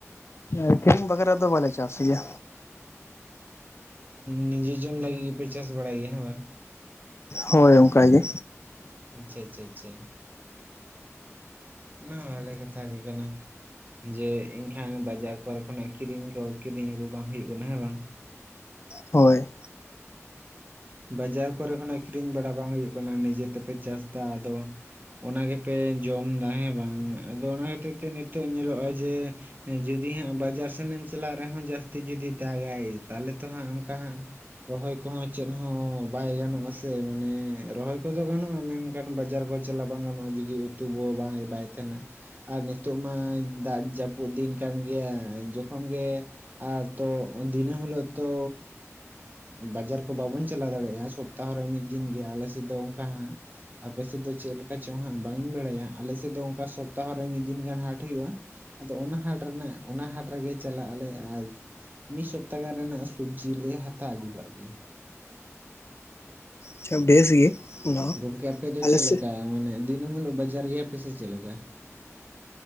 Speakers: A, on the left; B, on the right.
A: ᱟᱠᱷᱨᱤᱧ ᱵᱟᱠᱷᱨᱟ ᱫᱚ ᱵᱟᱞᱮ ᱪᱟᱥ ᱜᱮᱭᱟ᱾
B: ᱱᱤᱡᱮ ᱡᱚᱢ ᱞᱟᱹᱜᱤᱫ ᱜᱮᱯᱮ ᱪᱟᱥ ᱵᱟᱲᱟᱭ ᱜᱮᱭᱟ ᱦᱮᱸ ᱵᱟᱝ?
A: ᱦᱳᱭ ᱚᱱᱠᱟᱜᱮ᱾
B: ᱟᱪᱪᱷᱟ ᱟᱪᱪᱷᱟ ᱟᱪᱪᱷᱟ ᱚᱱᱟ ᱦᱚᱸ ᱵᱷᱟᱞᱮ ᱠᱟᱛᱷᱟ ᱜᱮ ᱠᱟᱱᱟ᱾ ᱡᱮ ᱮᱱᱠᱷᱟᱱ ᱵᱟᱡᱟᱨ ᱠᱚᱨᱮ ᱠᱷᱚᱱᱟᱜ ᱠᱤᱨᱤᱧ ᱠᱚ ᱠᱤᱨᱤᱧ ᱟᱜᱩ ᱵᱟᱝ ᱦᱩᱭᱩᱜ ᱠᱟᱱᱟ ᱦᱮᱸ ᱵᱟᱝ?
A: ᱦᱳᱭ᱾
B: ᱵᱟᱡᱟᱨ ᱠᱚᱨᱮ ᱠᱷᱚᱱᱟᱜ ᱠᱤᱨᱤᱧ ᱵᱟᱲᱟ ᱵᱟᱝ ᱦᱩᱭᱩᱜ ᱠᱟᱱᱟ ᱱᱤᱡᱮ ᱛᱮᱯᱮ ᱪᱟᱥᱫᱟ ᱟᱫᱚ ᱚᱱᱟ ᱜᱮᱯᱮ ᱡᱚᱢᱫᱟ ᱦᱮᱸ ᱵᱟᱝ ᱟᱫᱚ ᱚᱱᱟ ᱠᱷᱟᱹᱛᱤᱨ ᱛᱮ ᱱᱤᱛᱚᱜ ᱧᱮᱞᱚᱜᱼᱟ ᱡᱮ ᱡᱩᱫᱤ ᱦᱟᱸᱜ ᱵᱟᱡᱟᱨ ᱥᱮᱱᱮᱢ ᱪᱟᱞᱟᱜ ᱨᱮᱦᱚᱸ ᱡᱟᱹᱥᱛᱤ ᱡᱩᱫᱤ ᱫᱟᱜᱟᱭ ᱛᱟᱦᱞᱮ ᱛᱚ ᱦᱟᱸᱜ ᱚᱱᱠᱟ ᱦᱟᱸᱜ ᱨᱚᱦᱚᱭ ᱠᱚᱦᱚᱸ ᱪᱮᱜ ᱦᱚᱸ ᱵᱟᱭ ᱜᱟᱱᱚᱜᱼᱟ ᱥᱮ ᱢᱟᱱᱮ ᱨᱚᱦᱚᱭ ᱠᱚᱫᱚ ᱜᱟᱱᱚᱜᱼᱟ ᱢᱮᱱᱠᱷᱟᱱ ᱵᱟᱡᱟᱨ ᱠᱚ ᱪᱟᱞᱟᱣ ᱵᱟᱝ ᱜᱟᱱᱚᱜᱼᱟ ᱡᱩᱫᱤ ᱩᱛ ᱛᱩ ᱠᱚ ᱵᱟᱭ ᱵᱟᱭ ᱛᱟᱦᱮᱱᱟ ᱟᱨ ᱱᱤᱛᱚᱜ ᱢᱟ ᱫᱟᱜ ᱡᱟᱹᱯᱩᱫ ᱫᱤᱱ ᱠᱟᱱ ᱜᱮᱭᱟ ᱡᱚᱠᱷᱚᱱ ᱜᱮ ᱟᱨ ᱛᱚ ᱫᱤᱱᱟᱹᱢ ᱦᱤᱞᱳᱜ ᱛᱚ ᱵᱟᱡᱟᱨ ᱵᱟᱵᱚᱱ ᱪᱟᱞᱟᱣ ᱫᱟᱲᱮᱭᱟᱜᱼᱟ ᱥᱚᱯᱛᱟᱦᱚ ᱨᱮ ᱢᱤᱫ ᱫᱤᱱ ᱜᱮ ᱟᱞᱮ ᱥᱮᱫ ᱫᱚ ᱚᱱᱠᱟ ᱦᱟ ᱟᱯᱮ ᱥᱮᱫ ᱫᱚ ᱪᱮᱫ ᱞᱮᱠᱟ ᱪᱚᱝ ᱦᱟᱸᱜ ᱵᱟᱝ ᱤᱧ ᱵᱟᱲᱟᱭᱟ ᱟᱞᱮ ᱥᱮᱫ ᱫᱚ ᱚᱱᱠᱟ ᱥᱚᱯᱛᱟᱦᱚ ᱨᱮ ᱢᱤᱫ ᱫᱤᱱ ᱜᱟᱱ ᱦᱟᱴ ᱦᱩᱭᱩᱜᱼᱟ᱾ ᱟᱫᱚ ᱚᱱᱟ ᱦᱟᱴ ᱨᱮᱱᱟᱜ ᱚᱱᱟ ᱦᱟᱴ ᱨᱮᱜᱮ ᱪᱟᱞᱟᱜ ᱟᱞᱮ ᱟᱨ ᱢᱤᱫ ᱥᱚᱯᱛᱟᱦ ᱜᱟᱱ ᱨᱮᱱᱟᱜ ᱥᱚᱵᱡᱤᱞ ᱞᱮ ᱦᱟᱛᱟᱣ ᱟᱹᱜᱩ ᱠᱟᱜ ᱜᱮᱭᱟ᱾
A: ᱟᱪᱪᱷᱟ ᱵᱷᱮᱥ ᱜᱮ ᱚᱱᱟ ᱦᱚᱸ
B: ᱜᱚᱝᱠᱮ ᱟᱯᱮ ᱫᱚ
A: ᱟᱞᱮ
B: ᱪᱮᱫ
A: ᱥᱮᱫ
B: ᱞᱮᱠᱟ ᱢᱟᱱᱮ ᱫᱤᱱᱟᱢ ᱦᱤᱞᱳᱜ ᱵᱟᱡᱟᱨ ᱜᱮᱭᱟᱯ ᱥᱮ ᱪᱮᱫ ᱞᱮᱠᱟ?